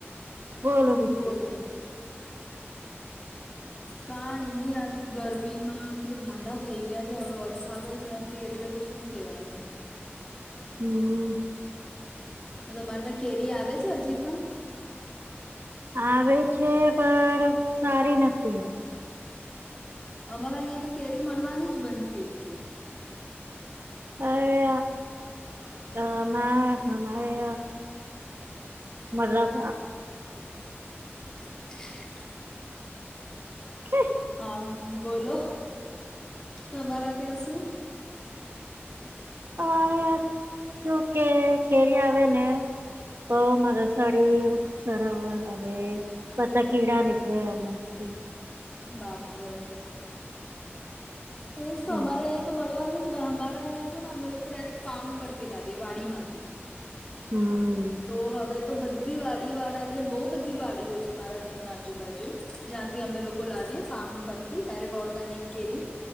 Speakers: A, on the right (about 60°); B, on the left (about 20°).
A: બોલો
B: તું
A: બીજું
B: બોલા કઈ નહી ગરમીમાં તો ાંડા થઈ ગયા છે હવે વરસાદ જ નથી એટલે તો શું કેવાનું
A: હમ
B: તમારે ત્યાં કેરી આવે છે હજી પણ
A: આવે છે પણ સારી નથીતી હ
B: અમારા અહં તો કેરી મળવાની જ બંધ થઇ ગઈ
A: અરે આ હરે મતલબ
B: <inaudible>
A: <inaudible>
B: હા બોલો તમારા ત્યાં સુું
A: અ કે કેરી આવે ને પ મારા
B: હા
A: સાડી સર હવે પતા કેડા નીકળ્યા એથી
B: બાપરે એજ તો
A: હમ
B: અમારે અહીંયા તો મળવાની અમારા અહં છે ને અમે લોકો ડાયરેક્ટ ફાર્મ પરથી લાવીએ વાડી માંથી
A: હમ
B: તો હવે તો બધી વાડી વાળા એટલે બહુ બધી વાડીઓ છે મારા ઘરના આજુબાજુ જ્યાંથી અમે લોકો લાવીએ ફાર્મ પરથી ડાયરેક્ટ ઓર્ગેનિક કેરી